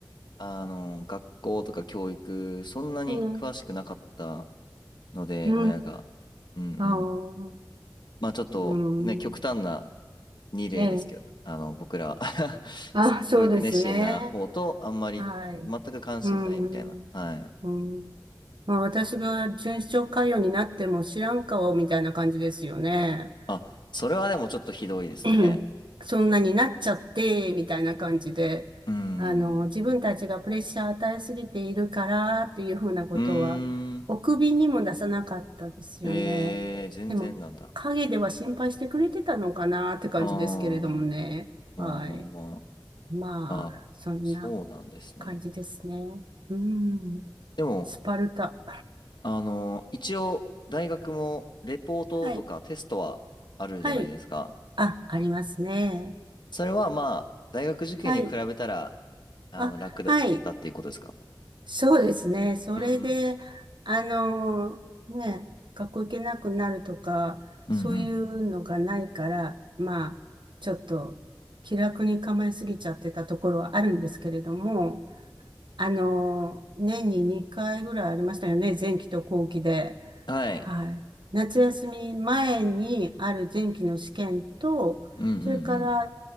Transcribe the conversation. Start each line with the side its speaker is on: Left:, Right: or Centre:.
Left: あの、学校とか教育、そんなに詳しくなかった
Right: ん、
Left: ので、
Right: う
Left: 親が。うんうん。
Right: ん、ああ、
Left: まあちょっとね、
Right: うん。
Left: 極端な二例ですけど、
Right: ええ。
Left: あの、僕らは <laughs>
Right: あ、
Left: すごい教育熱心な方と、
Right: そうですね。
Left: あんまり、
Right: はい。
Left: 全く関心ないみたいな。
Right: うん。
Left: はい。
Right: うん。まあ、私が巡視長官僚になっても知らん顔みたいな感じですよね。
Left: あ、それはでもちょっとひどいですね。
Right: <clears throat> そんなになっちゃって、みたいな感じで。
Left: うーん。
Right: あの、自分たちがプレッシャー与えすぎているからっていうふうなことは、
Left: うーん。
Right: お首にも出さなかったですよね。
Left: えー、全然なんだ。
Right: でも、陰では心配してくれてたのかなって感じですけれどもね。
Left: あーまあまあま
Right: はい。まあ、
Left: あ。あ、
Right: そんな。
Left: そうなんですね。
Right: 感じですね。うん。
Left: でも、
Right: スパルタ。
Left: あの、一応、大学も、レポートとかテストはあるじゃないですか。
Right: はい。はい。あ、ありますね。
Left: それはまあ、大学受験に比べたら、
Right: はい。
Left: あの、
Right: あ、
Left: 楽だったっていうことですか
Right: はい。そうですね。それで、
Left: うんうん。
Right: あのーね、学校行けなくなるとか、
Left: うんうん。
Right: そういうのがないから、まあ、ちょっと気楽に構えすぎちゃってたところはあるんですけれども、あのー年に2回ぐらいありましたよね。前期と後期で。
Left: はい。
Right: はい。夏休み前にある前期の試験と、
Left: うんうんうん。
Right: それから